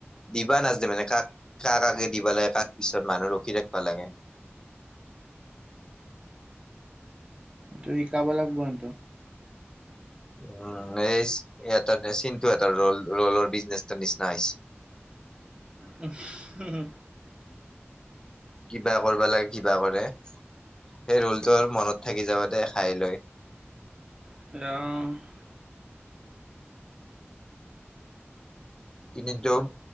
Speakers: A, on the left; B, on the right.
A: দিবা নাজেনে মানে কাক কাক কাকে দিবা লাগে কাক পিছত মানুহ ৰখি থাকবা লাগে!
B: সেটো শিকাব লাগিব ইহতক!
A: উম এই এটা চিন্তু এটা ৰল ৰলৰ বিজনেচ নিচিনা হৈছে!
B: হু হু
A: কিবা কৰিবা লাগে কিবা কৰে সেই ৰোলতটো আৰু মনত থাকি যাব দে খাই লৈ।
B: অ
A: ইনে তো